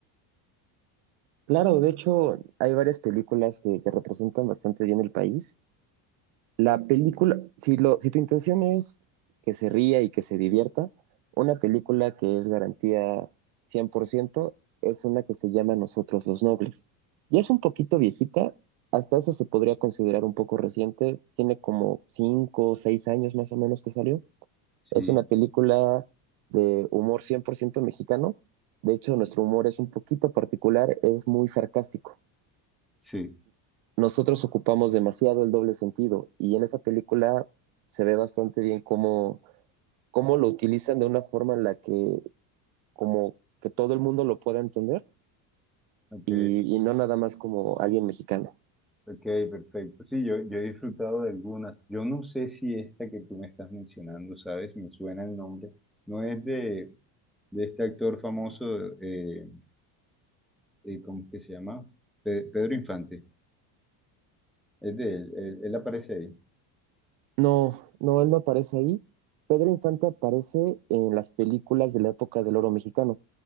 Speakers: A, on the right; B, in the centre.
A: Claro, de hecho, hay varias películas que, que representan bastante bien el país La película, si, lo, si tu intención es que se ría y que se divierta, una película que es garantía 100% es una que se llama Nosotros los Nobles. Ya es un poquito viejita, hasta eso se podría considerar un poco reciente, tiene como 5 o 6 años más o menos que salió.
B: Sí,
A: Es una película de humor 100% mexicano, de hecho nuestro humor es un poquito particular, es muy sarcástico
B: sí.
A: nosotros ocupamos demasiado el doble sentido y en esa película se ve bastante bien cómo, cómo lo utilizan de una forma en la que como que todo el mundo lo pueda entender
B: Ok,
A: y, y no nada más como alguien mexicano.
B: ok, perfecto. Sí, yo, yo he disfrutado de algunas. Yo no sé si esta que tú me estás mencionando, ¿sabes? Me suena el nombre. No es de, de este actor famoso, eh, eh, ¿cómo es que se llama? Pe- Pedro Infante. Es de él, él, él aparece ahí.
A: No, no, él no aparece ahí. Pedro Infante aparece en las películas de la época del oro mexicano.